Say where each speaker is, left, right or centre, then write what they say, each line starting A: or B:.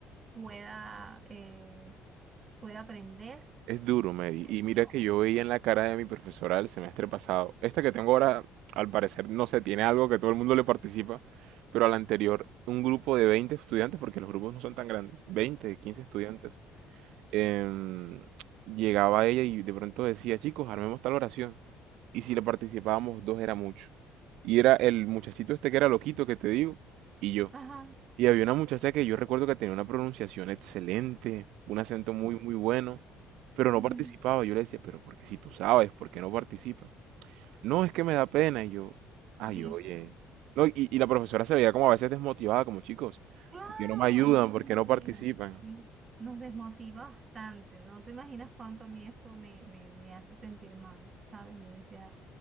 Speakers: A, on the right; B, on the right.
A: pueda, eh, pueda aprender?
B: Es duro, Mary.
A: ¿Seré
B: Y mira
A: yo?
B: que yo
A: O
B: veía
A: sea,
B: en la cara de mi profesora el semestre pasado. Esta que tengo ahora, al parecer, no sé, tiene algo que todo el mundo le participa. Pero al anterior, un grupo de 20 estudiantes, porque los grupos no son tan grandes, veinte quince estudiantes em, llegaba ella y de pronto decía, chicos, armemos tal oración. Y si le participábamos dos era mucho. Y era el muchachito este que era loquito que te digo, y yo.
A: ajá,
B: Y había una muchacha que yo recuerdo que tenía una pronunciación excelente, un acento muy,
A: wow,
B: muy bueno, pero no
A: ujú,
B: participaba. Yo le decía, pero porque si tú sabes, ¿por qué no participas? No, es que me da pena. Y yo, ay,
A: viste.
B: oye. No, y, y la profesora se veía como a veces desmotivada, como chicos,
A: Claro,
B: ¿por qué no me ayudan?
A: nos desmotiva,
B: ¿Por qué no participan?
A: sí, nos desmotiva bastante, no te imaginas cuánto a mí eso me, me, me hace sentir mal, ¿sabes? Yo decía...